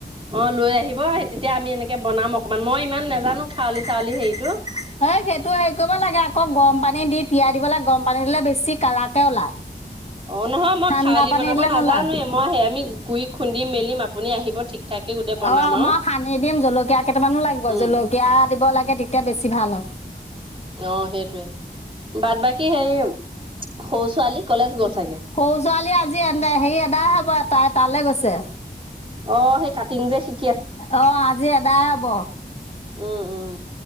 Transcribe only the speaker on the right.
অহ লৈ আহিব, তেতিয়া আমি এনেকে বনাম অকমান, মই ইমান নাজানো।
খাৱলি চাউলি হেৰিটো
অহ নহয় মই
খউলি
বনাব
নাজানোৱে
মই- আমি ঘুৰি খুন্দিম মেলিম আপুনি আহিব ঠিক ঠাকে গোটেই বনাম
আৰু
উম
অহ সেইটোৱে, বাদ বাকী হেৰি সৰু ছোৱালী কলেজ গল চাগে
অহ সেই কাটিং যে খি
উম উম।